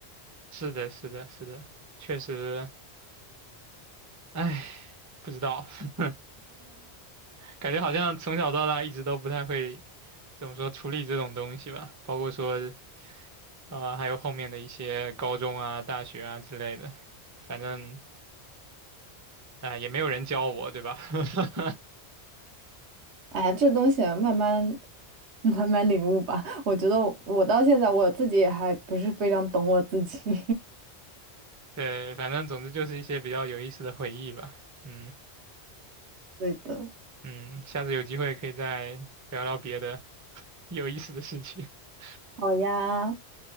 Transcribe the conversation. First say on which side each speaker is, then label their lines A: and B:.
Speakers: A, on the right; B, on the right.
A: 是的，是的，是的，确实。唉，不知道，<laughs> 感觉好像从小到大一直都不太会怎么说处理这种东西吧，包括说呃，还有后面的一些高中啊、大学啊之类的，反正啊、也没有人教我，对吧？<laughs>
B: 哎呀这东西啊慢慢 <laughs> 慢慢领悟吧。我觉得我到现在我自己也还不是非常懂我自己。<laughs>
A: 对，反正总之就是一些比较有意思的回忆吧。嗯
B: 对的，
A: 嗯，下次有机会可以再聊聊别的有意思的事情。<laughs>
B: 好呀，